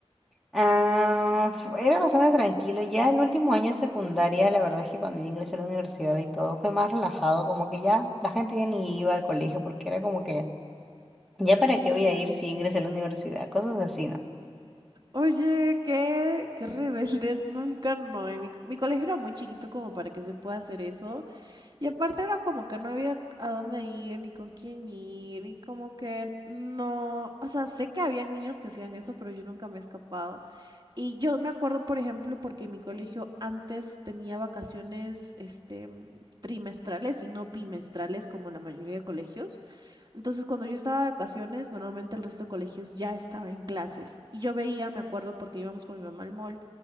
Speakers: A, in the centre; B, on the right (about 40°).
A: Ah, fu- era bastante tranquilo. Ya el último año de secundaria, la verdad es que cuando yo ingresé a la universidad y todo, fue más relajado, como que ya la gente ya ni iba al colegio porque era como que, ¿ya para
B: ujú.
A: qué voy a ir si ingresé a la universidad? Cosas así, ¿no?
B: Oye, qué, qué rebeldes, nunca no. y Mi, mi colegio era muy chiquito como para que se pueda hacer eso. Y aparte era como que no había a dónde ir, ni con quién ir, y como que no. O sea, sé que habían niños que hacían eso, pero yo nunca me he escapado. Y yo me acuerdo, por ejemplo, porque mi colegio antes tenía vacaciones, este, mm, trimestrales y no bimestrales como la mayoría de colegios. Entonces, cuando yo estaba de vacaciones, normalmente el resto de colegios ya estaba en clases. Y yo veía, me acuerdo, porque íbamos con mi mamá al mall,